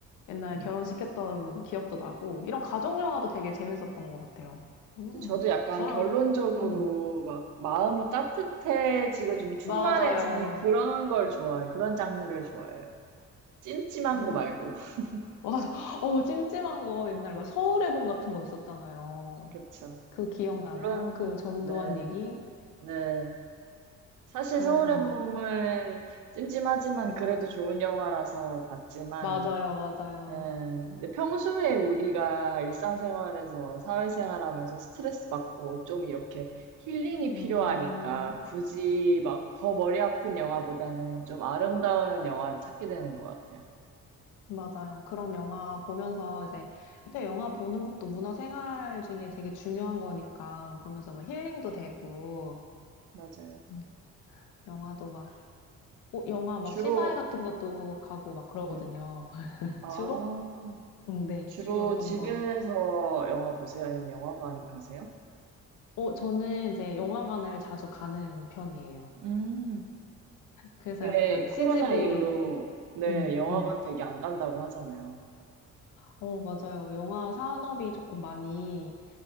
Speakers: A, on the left (about 85°); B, on the right (about 80°).
A: 옛날
B: 음.
A: 결혼시켰던 기억도 나고, 이런 가족 영화도 되게 재밌었던 것 같아요. 음,
B: 근데 저도 약간
A: 저랑,
B: 결론적으로
A: 음,
B: 막 마음이 따뜻해지고 좀 충만해지는
A: 맞아요.
B: 그런 걸 좋아해요. 그런 장르를 좋아해요. 찜찜한
A: 어,
B: 거 말고.
A: 맞아.
B: <laughs>
A: 어, 찜찜한 거 옛날 막 서울의 봄 같은 거 있었잖아요.
B: 그쵸.
A: 그거 기억나나요?
B: 물론,
A: 그 전두환
B: 네,
A: 얘기?
B: 네. 사실
A: 그래서
B: 서울의
A: 막,
B: 봄은 찜찜하지만 그래도 좋은 영화라서 봤지만,
A: 맞아요, 맞아요.
B: 음, 근데 평소에 우리가 일상생활에서 사회생활하면서 스트레스 받고 좀 이렇게 힐링이 필요하니까
A: 음,
B: 굳이 막 더 머리 아픈 영화보다는 좀 아름다운 영화를 찾게 되는 것 같아요.
A: 맞아요. 그런 영화 보면서 이제, 근데 영화 보는 것도 문화생활 중에 되게 중요한 거니까 보면서 막 힐링도 되고,
B: 맞아요.
A: 음, 영화도 막, 어, 영화 막
B: 주로,
A: 시사회 같은 것도 가고 막 그러거든요.
B: 네.
A: <laughs>
B: 아,
A: 주로? 응, 네,
B: 주로
A: 주로 어떤
B: 집에서
A: 거.
B: 영화 보세요? 아니면 영화관 가세요?
A: 어, 저는 이제 영화관을 자주 가는 편이에요.
B: 음.
A: 그래서
B: 왜
A: 약간
B: 코로나
A: CGV,
B: 이후로 네,
A: 음,
B: 영화관
A: 음.
B: 되게 안 간다고 하잖아요.
A: 어, 맞아요. 영화 산업이 조금 많이,